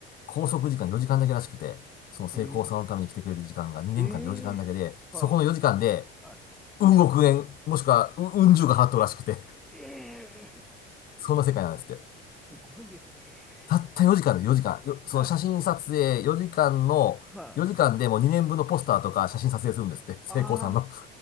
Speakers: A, on the left; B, in the centre.
A: 拘束時間4時間だけらしくて、その成功さんのために来てくれる時間が2年間で4時間だけで、
B: ええ。ええ。は
A: そこの4時間で、
B: あ。は
A: うん億円、もしくは、う、うん十が払っとるらしくて、
B: い。ええ。
A: <laughs> そんな世界なんですって。
B: すごいですね。
A: たった4時間で4時間、よその写真撮影4時間の、
B: はい。はい。
A: 4時間でもう2年分のポスターとか写真撮影するんですって、成功さんの。
B: ああ。